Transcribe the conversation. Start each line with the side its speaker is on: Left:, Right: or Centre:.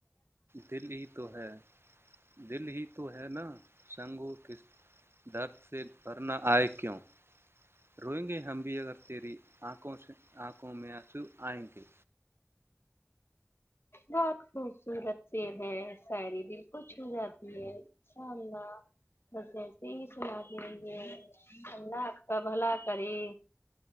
Right: دل ہی تو ہے دل ہی تو ہے نا سنگوں کے درد بھر نہ آئے کیوں روئیں گے ہم بھی اگر تیرینکھوں آنکھوں میں آنسو آئیں گے
Left: بہت خوبصورت سے ہے ساعری دل خو چھو جاتی ہے ان شاء اللہ بس ایسے ہی سنا کےے اللہ آپ کا بھلا کرے